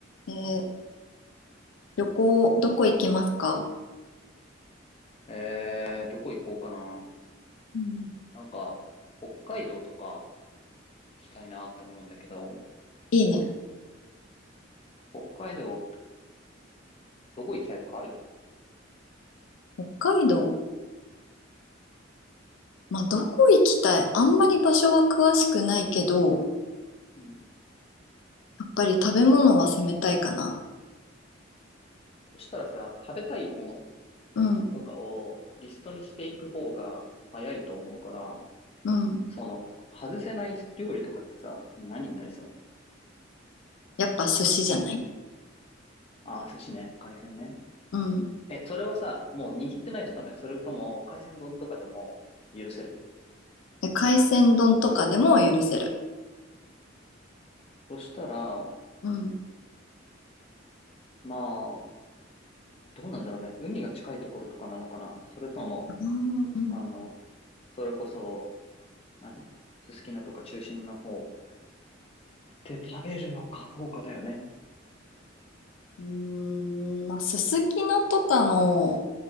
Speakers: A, on the left; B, on the left.
A: えー旅行、どこ行きますか
B: えー、どこ行こうかな。
A: うん
B: なんか、北海道とか行きたいなって思うんだけど、
A: いいね。
B: 北海道、どこ行きたいとかある
A: 北海道まあ、どこ行きたいあんまり場所は詳しくないけど、
B: うん。
A: やっぱり食べ物は攻めたいかな。
B: そしたらさ、食べたいもの
A: うん、
B: とかをリストにしていく方が早いと思うから、
A: うん。
B: その、外せない料理とかってさ、何になりそう
A: やっぱ寿司じゃない
B: あー、寿司ね、海鮮ね。
A: うん。
B: え、それはさ、もう握ってないとダメそれとも、海鮮丼とかでも許せる
A: で海鮮丼とかでも許せる。
B: そしたら、
A: うん。
B: まあ、どうなんだろうね。海が近いところとかなのかなそれとも、
A: うん
B: あの、それこそ、何すすきのとか中心の方で食べるのかどうかだよね。
A: うん、まあ、すすきのとかの、